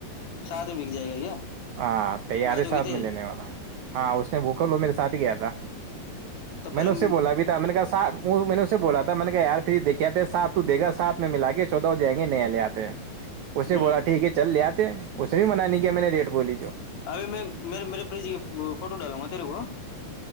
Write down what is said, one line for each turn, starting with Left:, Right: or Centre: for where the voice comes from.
Left: ساتھ میں بک جائے گا کیا
Right: ہاں تیار
Left: بات
Right: ہے ساتھ
Left: ہوگی تیری
Right: میں لینے والا ہاں اس نے بوکل وہ میرے ساتھ ہی کیایا تھا
Left: تو
Right: میں
Left: پھر
Right: نے اسے بولا بھی تھا میں نے کہ سا میں نے اسے بولا تھا میں نے کہا یار پھر دیکے تھے ساپ تو دیکا صاح <unintelligible> ملا کے چودہ ہو جیں گے نیال آت <unintelligible> اس نے
Left: ہوں
Right: بولا ٹھیک ہے چل لیا آپ <unintelligible> اس نے بھی منانی کہ میں نے ریٹ بولی جو <unintelligible>
Left: ابھی میں میرے پری جی کی فوٹو ڈالوں گا تیرے کو